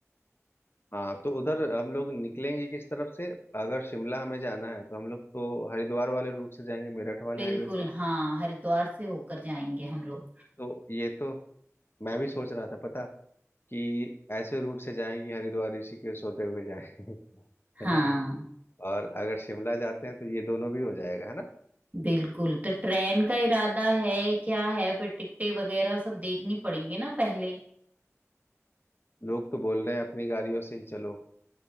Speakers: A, on the left; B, on the right.
A: हाँ तो उधर हम लोग निकलेंगे किस तरफ से अगर शिमला हमें जाना है तो हम लोग तो हरिद्वार वाले रूट से जाएंगे मेरठ वाले
B: बिल्कुल
A: हाईवे से
B: हाँ हरिद्वार से होकर जाएंगे हम लोग
A: तो ये तो मैं भी सोच रहा था पता कि ऐसे रूट से जाएं कि हरिद्वार ऋषिकेश होते हुए जाएं <laughs> है
B: हाँ
A: ना और अगर शिमला जाते हैं तो ये दोनों भी हो जाएगा है ना
B: बिल्कुल तो ट्रेन का इरादा है क्या है फिर टिकटें वगैरह सब देखनी पड़ेंगे ना पहले
A: लोग तो बोल रहे हैं अपनी गाड़ियों से ही चलो